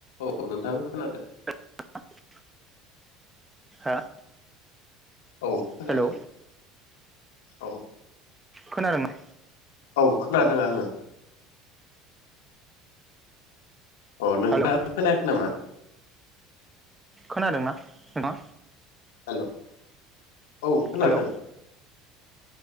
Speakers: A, on the left; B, on the right.
A: औ औ नोंथां खोनादो
B: <unintelligible> हा
A: औ खोनादों
B: हेलौ
A: औ
B: खोनादों ना
A: औ खोनादों आङो। अ' नोंथाङा
B: हेलौ
A: खोनाखै नामा?
B: खोनादोंना नोंथाङा?
A: हेल' औ खोनादों।
B: हेलौ